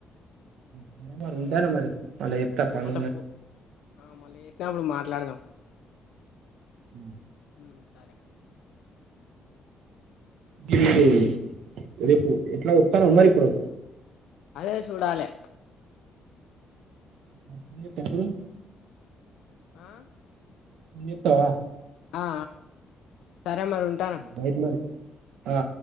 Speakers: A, on the right (about 80°); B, on the left (about 80°).
A: సరే మరి ఉంటానా మరి మళ్ళా చెప్తా పని
B: మళ్ళా ఫో ఆ మళ్ళీ చేసినప్పుడు మాట్లాడదాం
A: ఉ
B: ఉ సరే
A: గివిదే రేపు ఎట్లా వత్తనవా మరి ఇప్పుడు
B: అదే చూడాలే
A: ఫోన్ చేత్తవా ఇప్పుడు
B: ఆ
A: ఫోన్ చెత్తవా
B: ఆ సరే మరి ఉంటానా
A: బయట మరి ఆ